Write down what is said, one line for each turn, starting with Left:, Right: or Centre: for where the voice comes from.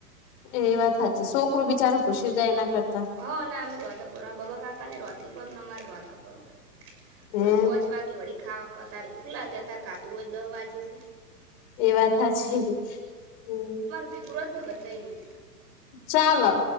Left: ઍની વાત સાચી છોકરું બિચારું પૂછ જાય એના કરતા
Right: હં ના અમે રવાતે પું આ બાબા કાકાને હોવાતેથી પ પરું અ મારે રવા હતાતા પું
Left: હમ
Right: થોડી પહોચ વા ગે વળીાવા ખવા ત્યારે ભૂખ લાગે ત્યારે કાતું હોય દહ વાગે એટલે
Left: એ વાતા છે, હમ
Right: વિગુૃધ બતાૈનું
Left: ચાલો.